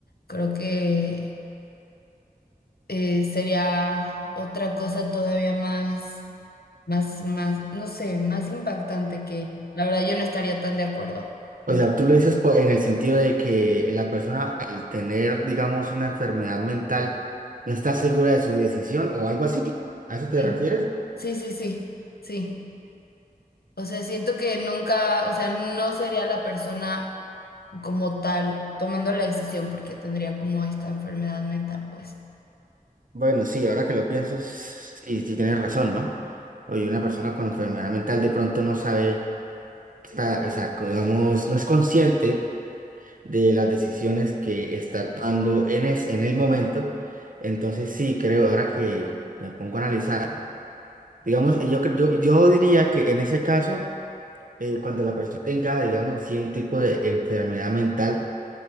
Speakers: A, on the left; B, on the right.
A: creo que eh, sería otra cosa todavía más, más, más, no sé, más impactante que la verdad yo no estaría tan de acuerdo
B: O
A: en
B: sea,
A: que
B: tú lo
A: se-
B: dices po- en el sentido de que la persona al tener, digamos, una enfermedad mental no está segura de su decisión o algo así. ¿A eso te
A: sí,
B: refieres?
A: sí, sí, sí, sí. O sea, siento que nunca, o sea, no sería la persona como tal tomando la decisión porque tendría como esta enfermedad mental, pues.
B: Bueno, sí, ahora que lo pienso, sí, sí tienes razón, ¿no? Oye, una persona con enfermedad mental de pronto no sabe, está, o sea, co- digamos, no es consciente de las decisiones que está tomando en, es- en el momento. Entonces, sí, creo, ahora que me pongo a analizar, digamos, yo, cre- yo, yo diría que en ese caso... eh, cuando la persona tenga, digamos así, un tipo de enfermedad mental,